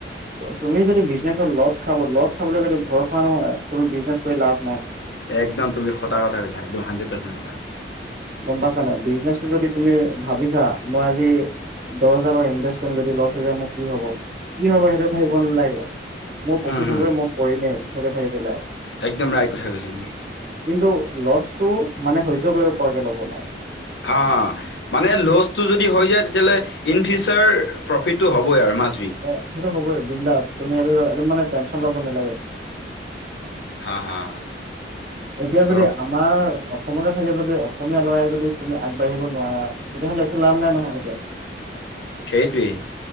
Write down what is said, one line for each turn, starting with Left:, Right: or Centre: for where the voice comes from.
Right: তুমি যদি বিজনেচত লছ খাব লছ খাবলৈ যদি ভয় খোৱা নহয়। তুমি বিজনেছ কৰি লাভ নাই।
Left: একদম তুমি সঁচা কথা কৈছা একদম হাড্ৰেড পাৰ্চেট সঁচা।
Right: গম পাইছা নাই, বিজনেছ যদি তুমি ভাবিছা মই আজি দহ হাজাৰৰ ইনভেষ্ট কৰিম যদি লছ হৈ যায় মোৰ কি হ'ব। কি হ'ব সেইটো ভাবিব নালাগে। মোৰ প্ৰফিট
Left: হুম হুম
Right: হ'বই মই কৰিমেই, সিহঁতে ভাবিব লাগে।
Left: একদম ৰাইট কথা কৈছা তুমি।
Right: কিন্তু লছটো মানে সহ্য কৰিব পৰাকে ল'ব লাগে।
Left: হা মানে ল'চটো যদি হৈ যায় তেতিয়াহ'লে ইন ফিউচাৰ প্ৰফিটটো হ'বই আৰু ম
Right: অ সেইটো হ'বই আৰু বিনদাস তুমি এই-এইটো মানে টেনচন লব নালাগে।
Left: হা হা।
Right: এতিয়া
Left: ত
Right: যদি আমাৰ অসমতে থাকে যদি অসমীয়া ল'ৰাই যদি তুমি আগবাঢ়িব নোৱাৰা, তেতিয়াহ'লে একো লাভ নাই নহয় এতিয়া
Left: সেইটোৱেই।